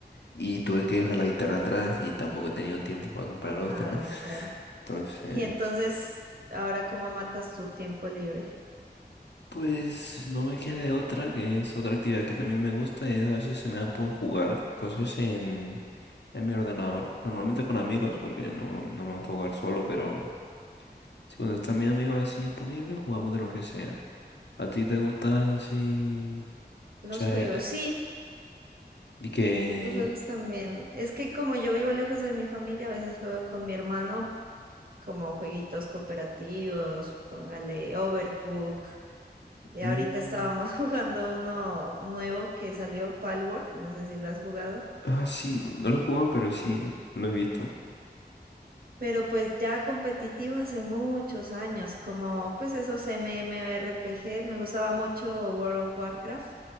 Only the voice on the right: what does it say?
Ah, claro.
Y entonces, ¿ahora cómo matas tu tiempo libre?
Los
juegos,
sí,
los juegos también. Es que como yo vivo lejos de mi familia, a veces juego con mi hermano como jueguitos cooperativos, póngale Overcook. Y
ahorita estábamos <laughs> jugando uno nuevo que salió, Palworld, no sé si lo has jugado.
Pero pues ya competitivo hace muchos años, como pues esos MMORPG, me gustaba mucho World of Warcraft,